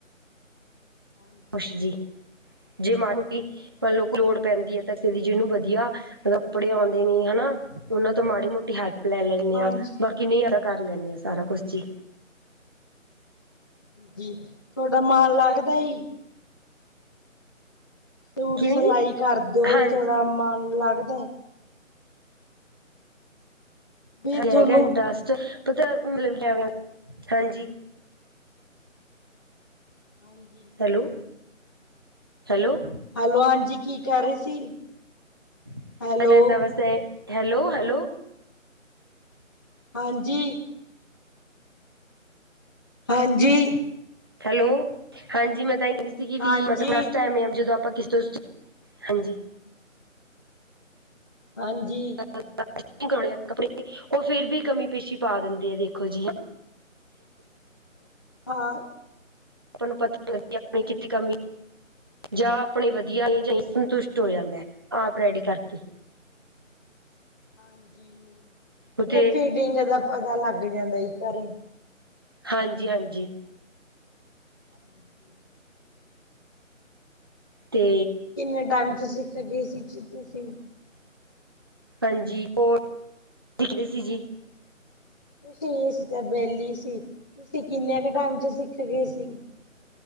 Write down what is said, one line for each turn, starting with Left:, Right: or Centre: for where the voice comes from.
Left: ਹਾਂਜੀ
Right: ਕੁਛ ਜੀ ਜੇ ਮਾੜੀ ਮੋਟੀ
Left: ਹਾਂਜੀ
Right: ਮਨ ਲੋ ਲੋੜ ਪੈਂਦੀ ਆ ਤਾਂ <unintelligible> ਦੀ ਜਿਨੂੰ ਵਦੀਆ ਕੱਪੜੇ ਆਉਂਦੇ ਨੇ ਹਨਾ ਓਨਾ ਤੋਂ ਮਾੜੀ ਮੋਟੀ ਹੈਲਪ ਲੈ ਲੈਨੇ
Left: ਹਾਂਜੀ
Right: ਆਂ, ਬਾਕੀ ਨਈ ਅਦਾ ਕਰ ਲੈਂਨੇ ਆ ਸਾਰਾ ਕੁਛ ਜੀ।
Left: ਜੀ ਥੌਡਾ ਮਨ ਲੱਗਦਾ ਜੀ? ਸੂਟ
Right: ਕਿਵੇਂ
Left: ਸਿਲਾਈ
Right: ਜੀ
Left: ਕਰਦੇ ਓ
Right: ਹਾਂਜੀ
Left: ਥੋਡਾ ਮਨ ਲੱਗਦੈ? ਵੀ
Right: ਐ ਹੈਗਾ
Left: ਤੁਹਾਨੂੰ
Right: ਇੰਟਸਟ ਪਤਾ ਐ ਮਤਲਬ <unintelligible> ਹਾਂਜੀ
Left: ਹਾਂਜੀ।
Right: Hello, hello.
Left: ਹੈਲੋ, ਹਾਂਜੀ ਕੀ ਕੈ ਰੇ ਸੀ?
Right: <unintelligible>
Left: ਹੈਲੋ
Right: ਵਾਸਤੇ ਹੈਲੋ, ਹੈਲੋ
Left: ਹਾਂਜੀ। ਹਾਂਜੀ।
Right: ਹੈਲੋ, ਹਾਂਜੀ ਮੈਂ ਤਾਂ ਆਈ ਕੈ ਰੀ ਸੀਗੀ
Left: ਹਾਂਜੀ
Right: ਵੀ ਮਤਲਬ ਲਾਸਟ ਟੇਮ <unintelligible> ਹਾਂਜੀ।
Left: ਹਾਂਜੀ।
Right: <unintelligible> ਕੱਪੜੇ ਓ ਫੇਰ ਵੀ ਕਮੀ ਪੇਸ਼ੀ ਪਾ ਦੇਂਦੇ ਐ ਦੇਖੋ ਜੀ।
Left: ਹਾਂ।
Right: ਆਪਾਂ ਨੂੰ ਪਤਾ <unintelligible> ਆਪਣੀ ਕਿੱਥੇ ਕਮੀ ਜਾਂ ਆਪਣੇ ਵਦੀਆ <unintelligible> ਸੰਤੁਸ਼ਟ ਹੋ ਜਾਂਦਾ ਐ ਆਪ ਰੈਡੀ ਕਰਕੇ।
Left: ਹਾਂਜੀ,
Right: ਉਤੇ
Left: ਨਈ ਫੀਡਿੰਗ ਦਾ ਪਤਾ ਲੱਗ ਜਾਂਦਾ ਜੀ ਘਰੇ
Right: ਹਾਂਜੀ-ਹਾਂਜੀ।
Left: ਹਾਂਜੀ।
Right: ਤੇ
Left: ਕਿੰਨੇ ਟਾਈਮ 'ਚ ਸਿੱਖ ਗਏ ਸੀ ਜੀ ਤੁਸੀਂ?
Right: ਹਾਂਜੀ <unintelligible> ਸਿੱਖਦੇ ਸੀ ਜੀ।
Left: ਤੁਸੀਂ ਇਸ ਤੇ ਵੇਲੀ ਸੀ ਤੁਸੀਂ ਕਿੰਨੇ ਕ ਟਾਈਮ 'ਚ ਸਿੱਖ ਗੇ ਸੀ?